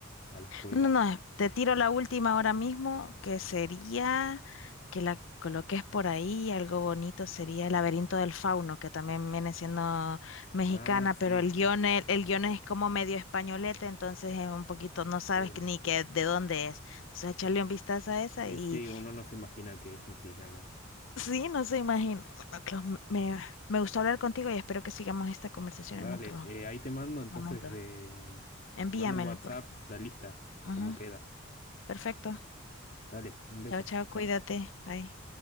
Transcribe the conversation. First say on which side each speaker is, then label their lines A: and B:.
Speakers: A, on the left; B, on the left.
A: a la escuela.
B: No, no, no,
A: Sí.
B: te tiro la última ahora mismo, que sería que la coloques por ahí, algo bonito sería El laberinto del fauno, que también viene siendo mexicana,
A: Ah, sí,
B: pero el guión, es- el, guión es como medio españolete, entonces es un poquito, no sabes
A: sí.
B: que- ni que de dónde es. Entonces echarle un vistazo a esa
A: Sí,
B: y
A: sí, uno no se imagina que es mexicana.
B: <laughs> sí, no se imagina. Bueno, Clau, me, me me gustó hablar contigo y espero que sigamos esta conversación
A: Dale,
B: en otro,
A: eh, ahí te mando
B: otro
A: entonces,
B: momento.
A: eh,
B: Envíamelo,
A: te mando en WhatsApp
B: por favor.
A: la lista,
B: Ujú,
A: cómo queda.
B: perfecto.
A: Dale, un beso.
B: Chao, chao,
A: chao.
B: cuídate. Bye.